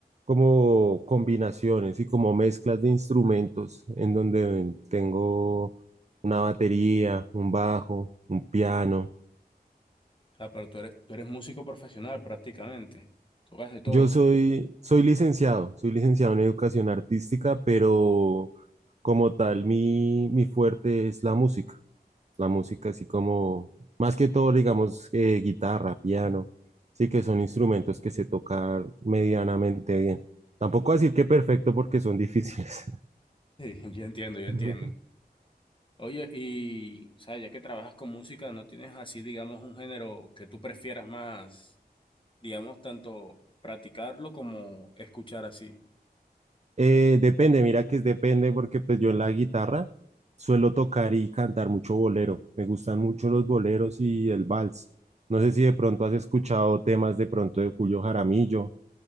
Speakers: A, on the right (about 45°); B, on the left (about 30°).
A: como combinaciones y como mezclas de instrumentos en donde tengo una batería, un bajo, un piano.
B: sea, pero tú eres, tú eres músico profesional prácticamente. Tocas de todo.
A: Yo soy, soy licenciado, soy licenciado en educación artística, pero como tal mi, mi fuerte es la música. la música así como, más que todo, digamos, eh, guitarra, piano, sí que son instrumentos que se tocan medianamente bien. Tampoco decir que perfecto porque son difíciles.
B: Sí, <laughs> yo entiendo, yo entiendo.
A: <laughs>
B: Oye, y, o sea, ya que trabajas con música, ¿no tienes así, digamos, un género que tú prefieras más, digamos, tanto practicarlo como escuchar así?
A: Eh, depende, mira que es depende porque pues yo en la guitarra suelo tocar y cantar mucho bolero. Me gustan mucho los boleros y el vals. No sé si de pronto has escuchado temas de pronto de Julio Jaramillo.